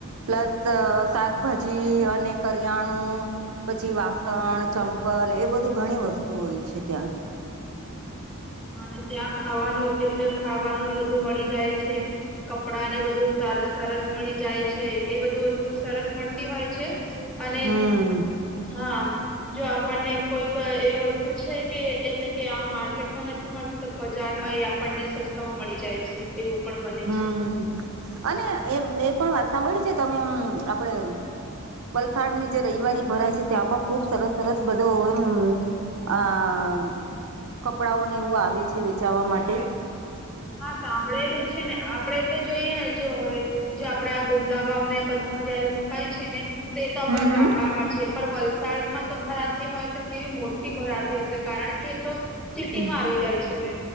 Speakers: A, on the right (about 70°); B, in the centre.
A: પ્લસ શાક ભાજી અને કરિયાણું પછી વાસણ ચંપલ એ બધું ઘણી વસ્તુ હોય છે ત્યાં
B: અને ત્યાં ખાવાનું એટલે ખાવાનું ને બધું મળી જાય છે. કપડા ને બધું સરસ મળી જાય છે એ બધું વસ્તુ સરસ મળતી હોય છે. અને
A: હમ
B: હા જો આપણને કોઈક એવી વસ્તુ છે કે એટલે કે આમ માર્કેટમાં નથી મળતી તો બજારમાં એ આપણને સસ્તા માં મળી જાય છે. એવું પણ બને
A: હમ
B: છે.
A: અને એ એ પણ વાત સાંભળીયુ છે તમે હમ્મ આપળે વલસાડ ની જે રવિવારી ભરાય છે ત્યાં પણ ખુબ સરસ સરસ બધુ ઓ યમમ આ કપડાઓને એવું આવે છે વેચાવા માટે
B: ના સાંભળેલું છે ને આપડે તો જોઈએ ને જો હવે જો આપડે આ ગુંદલા ગામ ને બધામાં જયારે મુકાય છે ને તો એતો આપડા
A: હમ
B: ગામડામાં છે. પર વલસાડમાં તો ભરાતી હોય તો કેવી મોટી ભરાતી હશે કારણ કે તો સિટી
A: હમ
B: માં આવી જાય છે ને